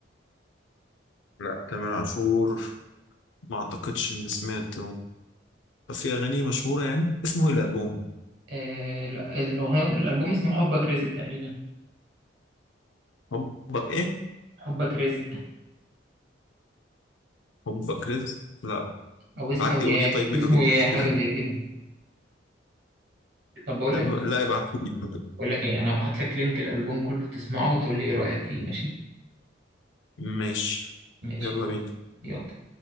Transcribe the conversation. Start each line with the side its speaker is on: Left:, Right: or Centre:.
Left: لا تامر عاشور ما أعتقدش إني سمعت طب في أغاني مشهورة يعني اسمه إيه الألبوم
Right: آه، الأغنية الألبوم اسمه حبك رزق تقريبا
Left: حبك إيه
Right: حبك رزق
Left: حبك رزق لا
Right: أو اسمه
Left: ابعت لي أغنية
Right: يا
Left: طيب منه
Right: اسمه
Left: دلوقتي
Right: يا حاجة
Left: كده
Right: زي كده طب بقول
Left: طب-
Right: لك إيه
Left: لا ابعتهولي
Right: بقول لك إيه أنا هبعت لك لينك الألبوم كله تسمعه وتقول لي إيه رأيك فيه ماشي
Left: ماشي
Right: ماشي
Left: يلا بينا
Right: يلا